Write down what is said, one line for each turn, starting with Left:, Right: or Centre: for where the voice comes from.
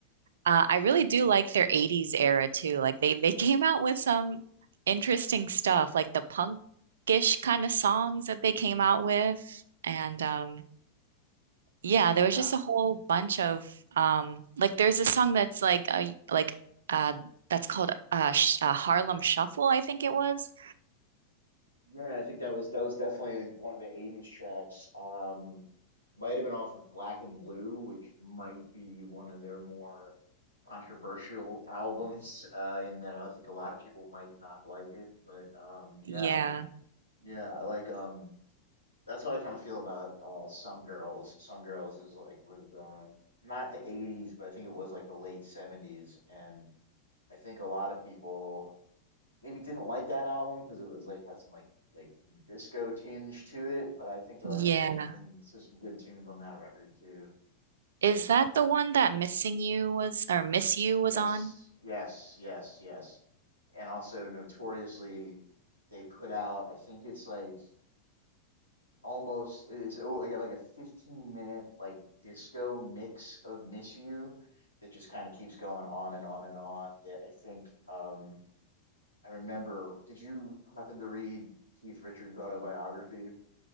Right: Uh, I really do like their 80s era too. Like they they <laughs> came out with some interesting stuff, like the punkish kind of songs that they came out with. And um yeah, there was
Left: Yeah.
Right: just a whole bunch of um like there's a song that's like uh, like uh that's called uh, Sh uh Harlem Shuffle, I think it was.
Left: Yeah, I think that was that was definitely one of the 80s tracks. Um, might have been off of Black and Blue, which might be one of their more controversial albums, uh, in that I think a lot of people might not like it. But um, yeah,
Right: Yeah.
Left: yeah, I like um, that's how I kind of feel about uh, Some Girls. Some Girls is like was uh, not the 80s, but I think it was like the late 70s, and I think a lot of people maybe didn't like that album because it was like had some like like disco tinge to it, but I think there
Right: Yeah.
Left: are some some there's some good tunes on that record too.
Right: Is that the one that Missing You was or Miss You was
Left: Yes,
Right: on?
Left: yes, yes, yes. And also notoriously they put out I think it's like almost it's oh like a- like a 15 minute like disco mix of Miss You that just kind of keeps going on and on and on that I think um I remember did you happen to read Keith Richards' autobiography?